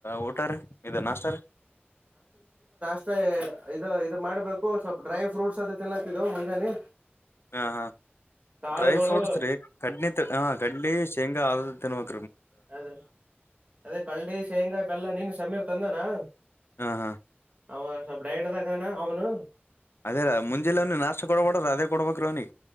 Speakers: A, on the left; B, on the right.
A: ಊಟರ್ ಇದು ನಾಷ್ಟತರ್
B: ಮ ಇದು ಇದು ಮಾಡ್ಬೇಕು ಸ್ವಲ್ಪ ಡ್ರೈ ಫ್ರೂಟ್ಸ್ ಅದ ತಿನ್ನಕಿದ್ದವು ಮುಂಜಾನೆ.
A: ಹಾ ಹಾ
B: ಕಾಳುಗಳು
A: ಡ್ರೈ ಫ್ರೂಟ್ಸ್ ರೀ ಕಡ್ನಿ ಹ ಕಡ್ಲಿ ಶೇಂಗಾ ಆದ ತಿ.
B: ಅದೇ ಅದೇ ಕಳ್ಳಡಿ ಶೇಂಗಾ ಇ ಬೆಲ್ಲ ನೀನ್ ಸಮೀರ್ ತಂದಾನ.
A: ಹಾ ಹಾ.
B: ಅವ ಸ್ವಲ್ ಡೈಡ್ದಾಗಾನ ಅವನು.
A: ಅದೇ ರ ಮುಂಜೆಿಲ್ಲವನಿ ನಾಶ ಕೊಡಬೇಡ್ರ ಅದೇ ಕೊಡ್ಬೇಕ ರವನಿ.